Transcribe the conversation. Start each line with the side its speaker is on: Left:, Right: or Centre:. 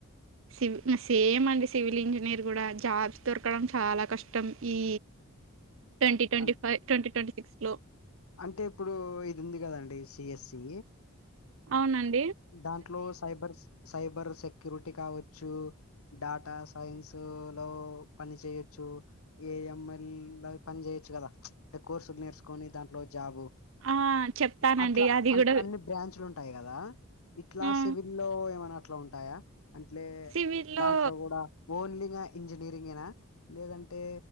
Right: సివి ఇంగ సేమ్ అండి సివిల్ ఇంజనీర్ కూడా జాబ్స్ దొరకడం చాలా కష్టం ఈ ట్వంటీ ట్వంటీ
Left: అన్-
Right: ఫైవ్, ట్వంటీ ట్వంటీ సిక్స్ లో
Left: అంటే ఇప్పుడు ఇది ఉంది కదండి సి ఎస్ సి
Right: అవునండ్
Left: దాంట్లో సైబర్ సైబర్ సెక్యూరిటీ కావచ్చు డాటా సైన్స్ లో పని చేయొచ్చు ఏ ఎం ఎల్ లాగ పని జేయొచ్చు కదా అంటే కోర్సులు నేర్చుకొని దాంట్లో జాబు
Right: ఆ చెప్తానండి
Left: అట్ల
Right: అది
Left: అన్
Right: కూడా
Left: అన్ని బ్రాంచ్లుంట్ టాయి గదా ఇట్లా
Right: ఆ
Left: సివిల్ లో ఏమైనా అట్లా ఉంటాయా అంట్లే
Right: సివిల్లో
Left: దాంట్లో కూడా ఓన్లీగా ఇంజనీరింగేనా లేదంటే